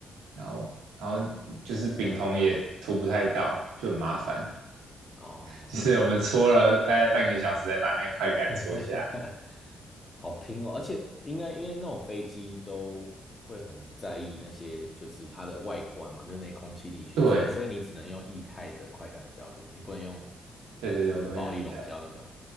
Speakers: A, on the right; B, on the left.
A: 然后然后就是丙酮也涂不太到，就很麻烦。
B: 哦，
A: 就是我们搓了大概半个小时，才把那块干搓下来。
B: <laughs> 好拼哦，而且应该因为那种飞机都会很在意那些就是它的外观嘛，就是那空气力学什么，
A: 对
B: 所以你只能用液态的快干胶，对不对？你不能用
A: 对对对，
B: 就是保利龙胶那种
A: 我都用一台。